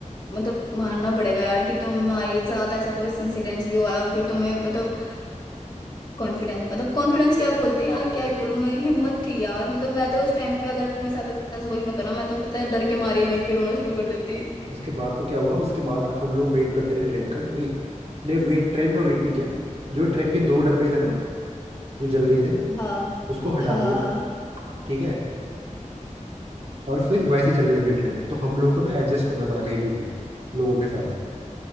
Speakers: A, on the left (about 30°); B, on the right (about 50°).
A: मतलब मानना पड़ेगा यार कि तुम्हारे साथ ऐसा कोई इंसिडेंस भी हुआ है और फिर तुम्हें मतलब कॉन्फिडेंस मतलब कॉन्फिडेंस क्या बोलते हैं यार क्या ही बोलूं मैं हिम्मत थी यार मतलब मैं तो उस टाइम पे अगर मेरे साथ ऐसा कोई होता ना मैं तो पता है डर के मारे ही वहीं पे रोना शुरू कर देती
B: उसके बाद तो क्या हुआ उसके बाद हम लोग वेट करते रहे ट्रेन का क्योंकि नहीं वेट ट्रेन का वेट नहीं किया जो ट्रेन के दो डब्बे थे ना जो जल गए थे
A: हाँ
B: उसको हटा
A: हाँ हाँ
B: दिया
A: हाँ
B: ठीक है और फिर वैसे ही चलने लगी ट्रेन तो हम लोगों को ना एडजस्ट करना पड़ा कहीं पे भी लोगों के साथ